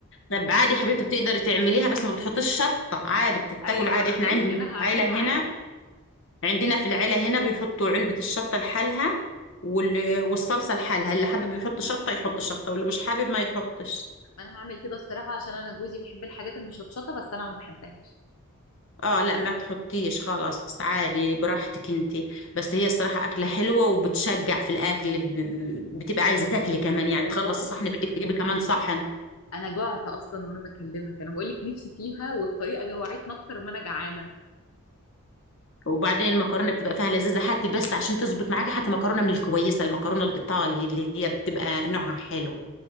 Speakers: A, on the left; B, on the left.
A: طب عادي حبيبتي بتقدري تعمليها بس ما بتحطيش شطة عادي بتتاكل
B: ايوه
A: عادي
B: انا
A: احنا
B: بقول
A: عندنا
B: لك انا
A: في
B: هعملها
A: العيلة
B: عادي
A: هنا
B: انا
A: عندنا في العيلة هنا بيحطوا علبة الشطة لحالها وال... والصلصة لحالها اللي حابب يحط شطة يحط شطة واللي مش حابب ما يحطش
B: ما انا هعمل كده الصراحة عشان انا جوزي بيحب الحاجات المشطشطة بس انا ما بحبهاش
A: اه لا ما تحطيش خلاص عادي براحتك انتي بس هي الصراحة أكلة حلوة وبتشجع في الأكل ب... بتبقى عايزة تاكلي
B: وال-
A: كمان يعني
B: والله
A: تخلصي صحن بدك تجيبي كمان صحن
B: انا جعت اصلا وانا بكلمك انا بقول لك نفسي فيها والطريقه جوعتني اكتر ما انا جعانه
A: وبعدين المكرونه بتبقى فيها لذيذه هاتي بس عشان تظبط معاك هاتي مكرونه من الكويسه المكرونه الايطالي اللي هي بتبقى نوعها حلو